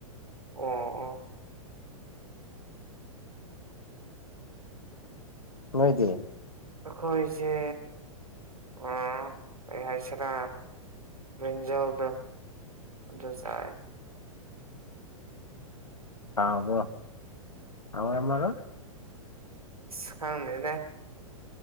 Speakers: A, on the right; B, on the left.
A: ꯑꯣ ꯑꯣ
B: ꯂꯣꯏꯗꯤꯦ
A: ꯑꯩꯈꯣꯏꯁꯦ ꯑꯣ ꯍꯥꯏꯁ꯭ꯔꯥ ꯟꯖꯕ ꯑꯗꯨꯖꯥ
B: ꯍꯥꯎꯕ ꯍꯥꯎ ꯑꯃꯔ
A: ꯁꯨꯈꯪꯗꯦꯅꯦ